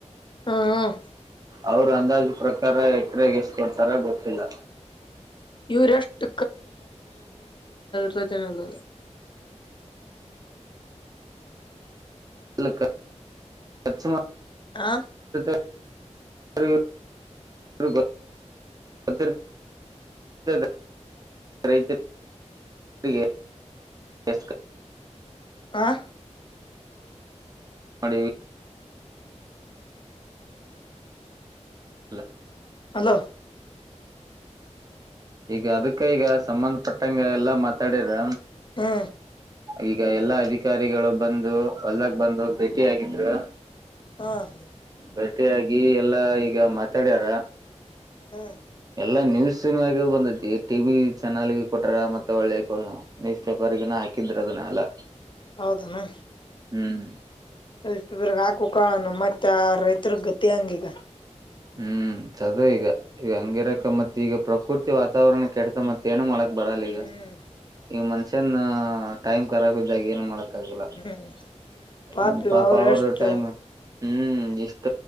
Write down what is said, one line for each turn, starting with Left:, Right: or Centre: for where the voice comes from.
Left: ಹ್ಮ.
Right: ಅವರು ಅಂದಾಜ ಪ್ರಕಾರ ಎಕರೆಗೆ ಎಷ್ಟ ಕೊಡ್ತಾರ ಗೊತ್ತಿಲ್ಲ.
Left: ಇವ್ರ ಎಷ್ಟ್ ತಚನಲ್ಲ.
Right: ಅ ಅಚ್ಚುಮ
Left: ಆ
Right: <unintelligible>
Left: ಆ
Right: ಮಾಡೀವಿ <unintelligible>
Left: ಅಲೋ
Right: ಈಗ ಅದಕ್ಕ ಈಗ ಸಂಬಂಧಪಟ್ಟಂಗ ಎಲ್ಲ ಮಾತಾಡಿರ
Left: ಹ್ಮ
Right: ಈಗ ಎಲ್ಲಾ ಅಧಿಕಾರಿಗಳು ಬಂದು ಹೊಲ್ದಾಗ ಬಂದು ಭೇಟಿಯಗಿದ್ರ
Left: ಹ್ಮ್
Right: ಭೇಟೆಯಾಗಿ ಎಲ್ಲಾ ಈ ಈಗ ಮಾತಾಡ್ಯಾರ
Left: ಹ್ಮ
Right: ಎಲ್ಲಾ ನ್ಯೂಸನ್ಯಾಗ ಬಂದೈತಿ ಟಿ ವಿ ಚಾನಲ್ ಕೊಟರ ಮತ್ತೆ ಒಳ್ಳೆ ನ್ಯೂಸ್ ಪೇಪರ್ಗನ ಹಾಕಿದ್ರ ಅದನ್ನಲ್ಲ
Left: ಹೌದನಾ
Right: ಹ್ಮ್.
Left: ಸ್ಲ್ಪಬ್ರಗ್ ಹಾಕ ಕಣ ಮತ್ತೆ ಆ ರೈತರ ಗತಿ ಹೆಂಗಿಗ
Right: ಹ್ಮ್ ಚದು ಈಗ ಈ ಹಂಗಿರಕ ಮತ್ತ ಈಗ ಪ್ರಕೃತಿ ವಾತಾವರಣ ಕೆಡ್ತ ಮತ್ತತ್ ಏನ ಮಾಡಕ್ ಬರಾಲಿಗ
Left: ಹ್ಮ್
Right: ಈಗ ಮನ್ಷ್ಯನ್ ಟೈಮ್ ಕರಾಬ್ ಇದಾಗ ಏನ್ ಮಾಡಕ್ ಆಗಲ್ಲ
Left: ಹ್ಮ್ ಪಾಪಿ
Right: ಹ್ಮ ಪಾಪ
Left: ಅವರು ಎಷ್ಟ
Right: ಟೈಮ್ ಹ್ಮ್ ಇಷ್ಟ